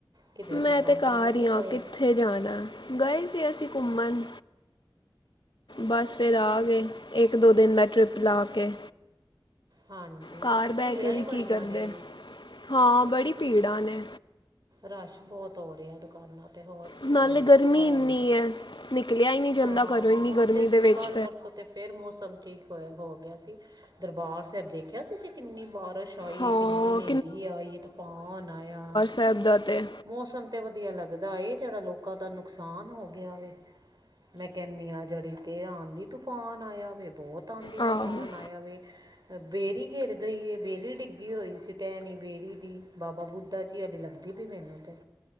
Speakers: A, on the right (about 60°); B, on the left (about 80°).
A: ਕਿਧਰੇ
B: ਮੈਂ
A: ਘੁੰਮਣ-
B: ਤੇ ਘਰ
A: ਘੁੰਮਣ, ਨਹੀਂ
B: ਹੀ ਹਾਂ
A: ਗਏ।
B: ਕਿੱਥੇ ਜਾਣਾ, ਗਏ ਸੀ ਅਸੀਂ ਘੁੰਮਣ। ਬਸ ਫਿਰ ਆ ਗਏ, ਇੱਕ- ਦੋ ਦਿਨ ਦਾ ਟ੍ਰਿਪ ਲਾ ਕੇ।
A: ਹਾਂਜੀ,
B: ਕਾਰ ਬਹਿ
A: ਭੀੜਾਂ
B: ਕੇ
A: ਹੀ
B: ਵੀ
A: ਬੜੀਆਂ
B: ਕੀ ਕਰਦੇ
A: ਨੇ।
B: ਹਾਂ, ਬੜੀ ਭੀੜਾਂ ਨੇ।
A: ਰਸ਼ ਬਹੁਤ ਹੋ ਰਿਹਾ ਦੁਕਾਨਾਂ ਤੇ ਹੋਰ ਕੀ
B: ਨਾਲੇ
A: ਹੁਣ,
B: ਗਰਮੀ
A: ਬਾਹਰ
B: ਇੰਨੀ ਹੈ ਨਿਕਲਿਆ ਹੀ ਨਹੀਂ ਜਾਂਦਾ
A: ਹਾਂ
B: ਘਰੋਂ ਇੰਨੀ
A: ਹੁਣ
B: ਗਰਮੀ
A: ਤੇ
B: ਦੇ ਵਿੱਚ
A: ਕੱਲ-ਪਰਸੋਂ ਤੇ ਫਿਰ ਮੌਸਮ ਠੀਕ ਹੋਇਆ ਹੋ ਗਿਆ ਸੀ।, ਦਰਬਾਰ ਸਾਹਿਬ ਦੇਖਿਆ ਸੀ ਤੁਸੀਂ ਕਿੰਨੀ ਬਾਰਿਸ਼ ਆਈ
B: ਹਾਂ
A: ਏ, ਕਿੰਨੀ ਨੇਰੀ ਆਈ ਏ, ਤੂਫਾਨ ਆਇਆ।
B: ਸਾਹਿਬਜਾਦੇ
A: ਮੌਸਮ ਤੇ ਵਧੀਆ ਲੱਗਦਾ ਏ, ਜਿਹੜਾ ਲੋਕਾਂ ਦਾ ਨੁਕਸਾਨ ਹੋ ਗਿਆ ਵੇ। ਮੈ ਕਹਿੰਨੀ ਆ ਜਦ ਵੀ ਆਂਧੀ ਤੂਫਾਨ ਆਇਆ ਵੇ, ਬਹੁਤ ਆਂਧੀ
B: ਆਹੋ
A: ਤੂਫਾਨ ਆਇਆ ਵੇ। ਬੇਰੀ ਗਿਰ ਗਈ ਏ, ਬੇਰੀ ਡਿੱਗੀ ਹੋਈ ਸੀ, ਟੈਹਣੀ ਬੇਰੀ ਦੀ, ਬਾਬਾ ਬੁੱਢਾ ਜੀ ਆਲੀ ਲੱਦੀ ਤੇ ਮੈਨੂੰ ਤੇ,